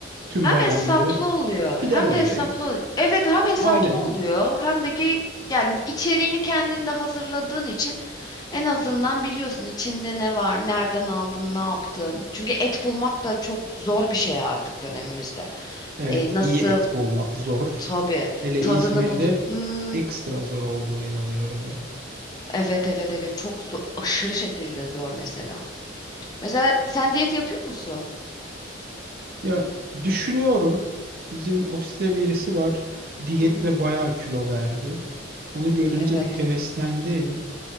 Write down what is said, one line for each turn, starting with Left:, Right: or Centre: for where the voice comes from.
Right: Tüm
Left: Hem
Right: bayram
Left: hesaplı
Right: boyu
Left: oluyor
Right: piden
Left: hem
Right: oluyor
Left: de hesaplı
Right: evde.
Left: oluyor. Evet hem hesaplı
Right: Aynen.
Left: oluyor hem de ki yani içeriğini kendinde hazırladığın için en azından biliyorsun içinde ne var, nereden aldın, ne yaptın. Çünkü et bulmak da çok zor bir şey artık dönemimizde.
Right: Evet,
Left: E, nasıl?
Right: iyi et bulmak zor.
Left: Tabii.
Right: Hele
Left: Tadını
Right: İzmir'de
Left: bul. Hmm,
Right: ekstra zor olduğuna inanıyorum ben.
Left: evet evet evet. Çok zor, aşırı şekilde zor mesela. Mesela sen diyet yapıyor musun?
Right: Ya düşünüyorum. Bizim ofiste birisi var. Diyetle
Left: Hı hı.
Right: bayağı kilo verdi. Onu görünce
Left: Evet.
Right: bir heveslendim.